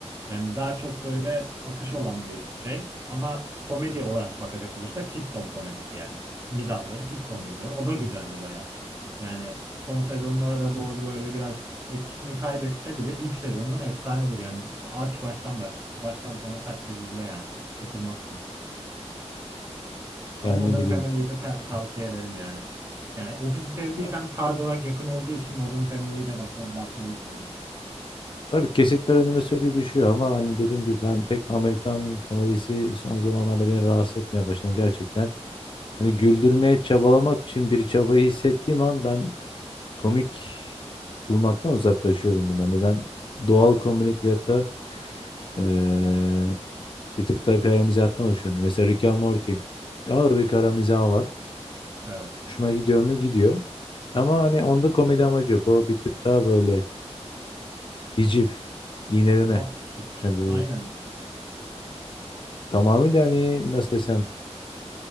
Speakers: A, on the right (about 25°); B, on the left (about 45°).
A: Yani daha çok böyle akış olan bir şey. Ama komedi olarak bakacak olursak sitcom komedisi yani. Mizahları sitcom mizahı. O da güzeldi bayağı. Yani son sezonlara doğru böyle biraz etkisini kaybetse bile ilk sezonu efsanedir. Yani aç baştan baş. Baştan sonra kaç kez izle yani. Sıkılmazsın. Ama
B: Yani
A: Modern
B: ne bileyim.
A: Family'yi de ta- tavsiye ederim yani. Yani Office'i sevdiysen
B: Ya,
A: tarz olarak yakın olduğu için Modern Family'ye de bakma bakmalısın ben.
B: Tabii kesitler önüme sürekli düşüyor ama hani dediğim gibi ben pek Amerikan komedisi son zamanlarda beni rahatsız etmeye başladı gerçekten. Hani güldürmeye çabalamak için bir çabayı hissettiğim an ben komik bulmaktan uzaklaşıyorum bundan. Hani ben doğal komik veyahut da eee, bir tık daha kara mizahtan hoşlanıyorum. Mesela Rick and Morty. Ağır bir kara mizah var.
A: Evet.
B: Hoşuma gidiyor mu? Gidiyor. Ama hani onda komedi amacı yok. O bir tık daha böyle hiciv, iğneleme.
A: Absürt.
B: Hani
A: Aynen.
B: tamamıyla hani nasıl desem